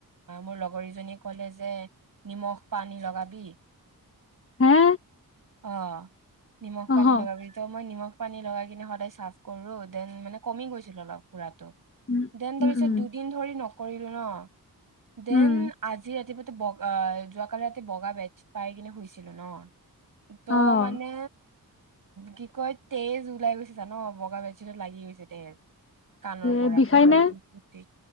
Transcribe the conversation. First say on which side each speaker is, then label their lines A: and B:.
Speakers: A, on the right; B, on the left.
A: মোৰ লগৰীজনীয়ে ক'লে যে নিমখ পানী লগাবি
B: হে
A: অ নিমখ
B: অহ
A: পানী লগাবি ত মই নিমখ পানী লগাই কিনে সদায় চাফ কৰো দেন মানে কমি গৈছিল অলপ পুৰাটো
B: উম
A: দেন তাৰপিছেত
B: উম উম
A: দুদিন ধৰি নক কৰিলো ন দেন
B: উম
A: আজি ৰাতিপ বগা যোৱাকালি ৰাতি বগা বে পাই কিনে শুইছিলো ন ত'
B: অহ
A: মানে কি কয় তেজ ওলাই গৈছে জান বগা বেজত লাগি গৈছে তেজ কানৰ পৰা
B: এ বিষাই
A: ববলদ
B: নে
A: টো ফুতি